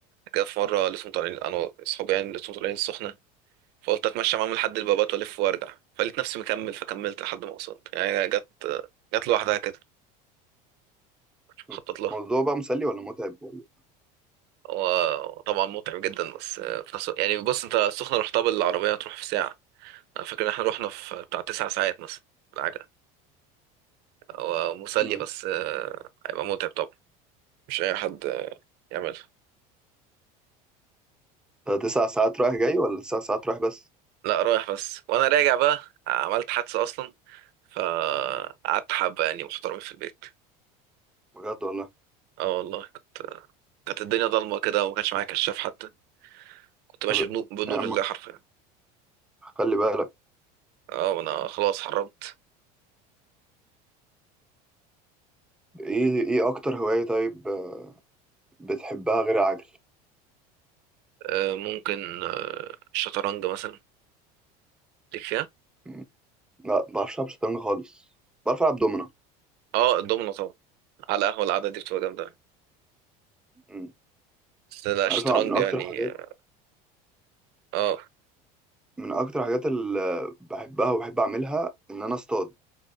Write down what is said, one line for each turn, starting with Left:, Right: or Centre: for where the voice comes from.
Right: كده في مره لسه طالعين انا واصحابي يعني لسه طالعين السخنه فقلت اتمشى معاهم لحد البابات والف وارجع فلقيت نفسي مكمل فكملت لحد ما وصلت يعني جت جت لوحدها كده كنت مخطط
Centre: م.
Right: لها
Centre: الموضوع بقى مسلي ولا متعب ولا
Right: هو طبعا متعب جدا بس في نفس الوقت- يعني بص انت السخنة رحتها بالعربية تروح في ساعة انا فاكر ان احنا رحنا في بتاع تسع ساعات مثلا العجلة هو مسلي
Centre: م.
Right: بس آه، هيبقى متعب طبعا مش اي حد آه، يعملها
Centre: ده تسع ساعات رايح جاي ولا تسع ساعات رايح بس
Right: لا رايح بس وانا راجع بقى عملت حادثة اصلا فقعدت حبة يعني محترمين في البيت
Centre: بجد والله
Right: اه والله كانت كانت الدنيا ضلمة كده وما كانش معايا كشاف حتى كنت ماشي
Centre: طب
Right: بنو- بنور
Centre: يا عم
Right: الله حرفيا
Centre: خلي بالك
Right: اه انا خلاص حرمت
Centre: ايه ايه اكتر هوايه طيب آه، بتحبها غير العجل
Right: آه، ممكن آه، الشطرنج مثلا ليك فيها
Centre: م. لا ما بعرفش العب شطرنج خالص بعرف العب دومنه
Right: اه الدومنة طبعا على القهوة القعدة دي بتبقى جامدة يعني.
Centre: م.
Right: بس لا
Centre: عارفها
Right: الشطرنج
Centre: من اكتر
Right: يعني
Centre: حاجات
Right: اه آه،
Centre: من اكتر الحاجات اللي بحبها وبحب اعملها ان انا اصطاد